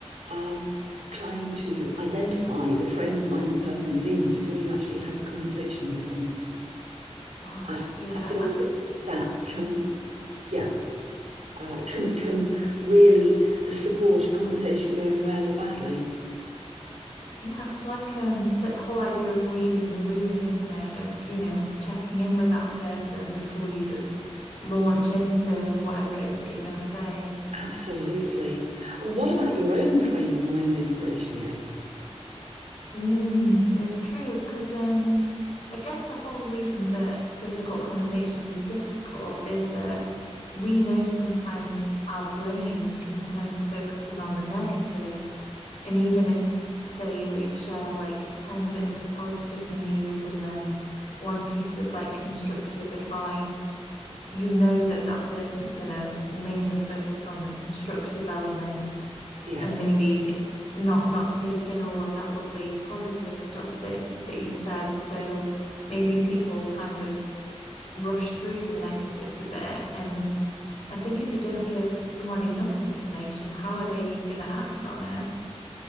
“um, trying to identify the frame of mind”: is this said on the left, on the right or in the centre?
Right